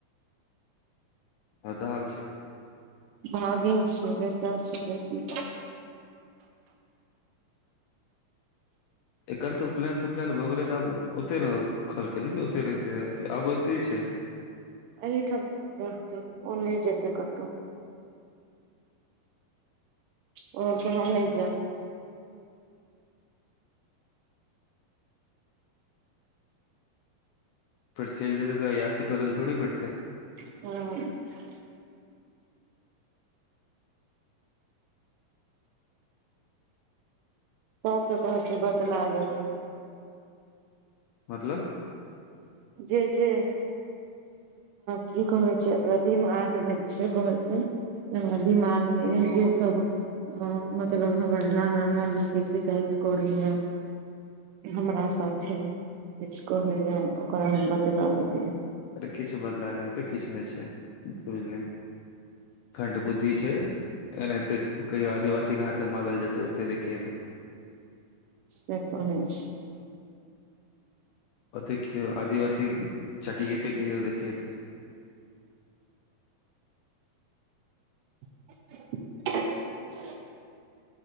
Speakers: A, on the left (about 80°); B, on the right (about 80°).
A: हदाहाल छै
B: भाभी छै बेटा छै बेटी
A: एकर त उपनयन त उपनयन भऽ गेलै तऽ आब ओते रह कहलकै ने क ओते रहिते आब एते छै
B: एहिठामत ओ नहि जेत करतहु। क़हलके हम नहि जा
A: सेल जेतै तऽ असी करैल थोड़ी पटतै
B: हू सभके कहै छै बदला लेब
A: मतलब।
B: जे जे कि कहै छै एकरा दिमाग मे छै कहै छै दिमाग मे जे सभ मतलब हम नना ली के शिकायत करीए हमरा साथे किछु कहे या ओकरा हम बादला लेबे
A: किछु बदलाै किछु नहि छै बुझलिय खड बुद्धि छै। ए नहि कि आदिवासी हाथे मारल जाते होते देखिए त
B: से कहे छै
A: ओत क आदिवासी चटियए तकहिऔ देखि
B: <inaudible>